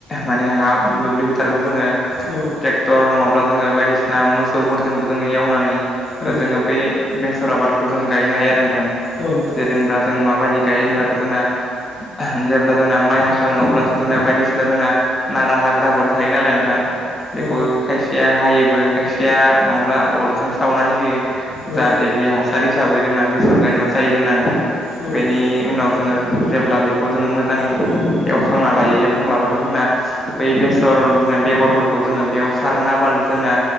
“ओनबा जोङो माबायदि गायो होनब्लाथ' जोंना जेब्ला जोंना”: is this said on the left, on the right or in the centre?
Left